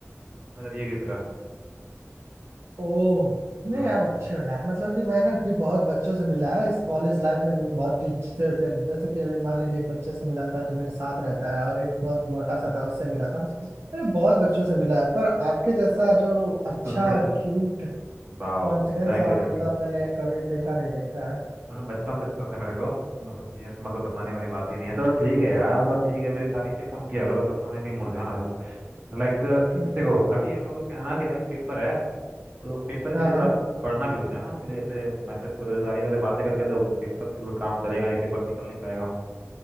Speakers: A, on the right; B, on the right.
A: नजरिए की तरह
B: ओह नहीं
A: हम्म
B: आप अच्छे हो यार मतलब कि मैंने भी बहुत बच्चों से मिला है इस कॉलेज लाइफ में मुझे बहुत टीचर थे जैसे कि अभी मान लीजिए एक बच्चे से मिला था जो मेरे साथ रहता है और एक बहुत मोटा सा था उससे मिला था मैंने बहुत बच्चों से मिला है पर आपके जैसा जो अच्छा
A: Confidence
B: और क्यूट
A: Wow
B: कॉन्फिडेंस
A: Thank
B: वाला
A: you thank
B: बंदा
A: you
B: मैंने कभी देखा नहीं देखा है
A: मैं बचपन से पता था मेरे को वो सब चीजें तो मतलब बताने वाली बात ही नहीं है तो ठीक है यार मतलब ठीक है मेरी तारीफें कम किया करो वरना मैं कहीं मुरझा ना जाऊँ लाइक देखो अभी हम लोग का क्या है ना कि लाइक पेपर है तो पेपर के
B: हाँ
A: लिए
B: हाँ
A: थोड़ा पढ़ना भी होता है ना उसके लिए ऐसे वैसे बेरोजगारी वाले बातें करके तो पेपर से तो काम चलेगा नहीं पेपर निकल नहीं पाएगा